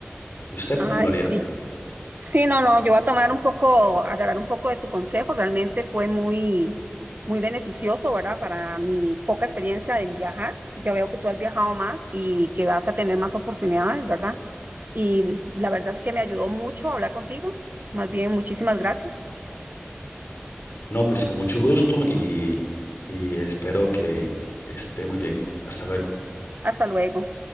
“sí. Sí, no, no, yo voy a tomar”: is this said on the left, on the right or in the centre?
Right